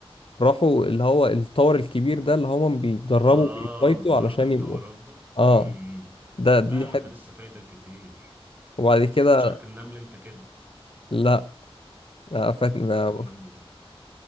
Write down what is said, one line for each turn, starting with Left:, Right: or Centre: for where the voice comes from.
Left: راحوا اللي هو الطور الكبير ده اللي هما بيتدربوا
Right: اه
Left: بيفايتوا علشان
Right: ارك التورات
Left: يبقوا
Right: ده
Left: اه
Right: امم
Left: ده دي
Right: لا ما
Left: حته
Right: انت لسه فايتك كتير
Left: وبعد كده
Right: شفتش ارك النمل انت كده
Left: لا آه، فاتني بقى
Right: ارك النمل